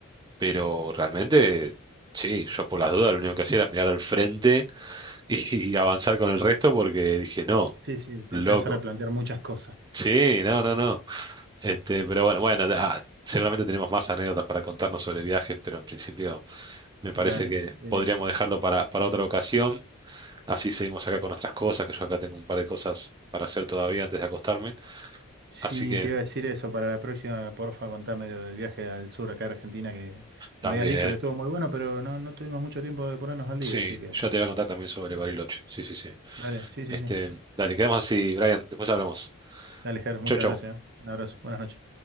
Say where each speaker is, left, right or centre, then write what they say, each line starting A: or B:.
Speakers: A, on the right; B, on the right.
A: Pero realmente, sí, yo por las dudas lo único que hacía era mirar al frente y, <laughs> y avanzar con el resto porque dije, no,
B: Sí, sí, te,
A: loco.
B: te hace replantear muchas cosas.
A: Sí, no, no, no. Este, pero bueno, bueno, ah, seguramente tenemos más anécdotas para contarnos sobre viajes, pero en principio me parece
B: Dale.
A: que
B: eh,
A: podríamos dejarlo para, para otra ocasión. Así seguimos acá con nuestras cosas, que yo acá tengo un par de cosas para hacer todavía antes de acostarme.
B: sí,
A: Así que
B: te iba a decir eso para la próxima, porfa, contame lo del viaje al sur acá a Argentina, que
A: también,
B: me habías dicho que estuvo muy bueno, pero no, no tuvimos mucho tiempo de ponernos al día,
A: sí,
B: así que
A: yo te voy a contar también sobre Bariloche. Sí, sí, sí.
B: dale, sí, sí,
A: Este,
B: sí.
A: dale, quedamos así, Brian. Después hablamos.
B: Dale, Ger, muchas
A: Chau, chau.
B: gracias. ¿eh? Un abrazo, buenas noches.